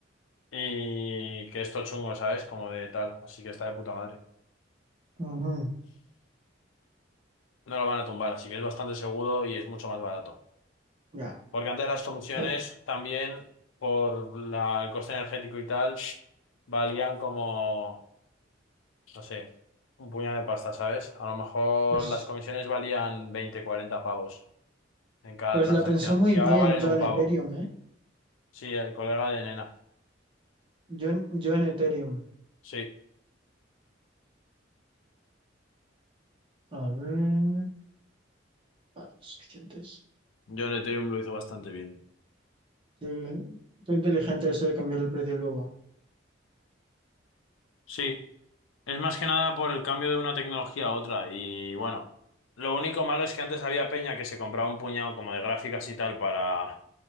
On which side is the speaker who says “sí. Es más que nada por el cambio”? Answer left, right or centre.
Left